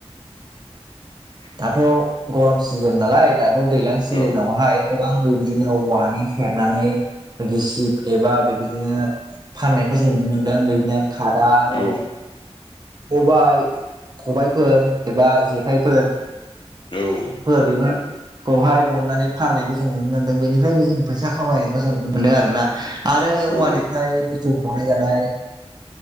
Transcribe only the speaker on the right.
दाथ' गरम सिजोन नालाय दाथ' दैज्लां सिजोनावहाय
गोबां बेबायदिनो औवानि हेबनानै गिसिब एबा बेबायदिनो फाननाय जों नुनो मोन्दों बेदिनो खादानो
खबाइ खबायाइफोर एबा जेखाइफोर
<unintelligible> खौहाय बननानै फाननायखौ जों नुनो मोन्दों बेनिफ्रायबो जों फैसा खामायनायखौ जों नुनो मोन्दों आरो ना आरो
औवानिफ्राय जिथु बनाय जानाय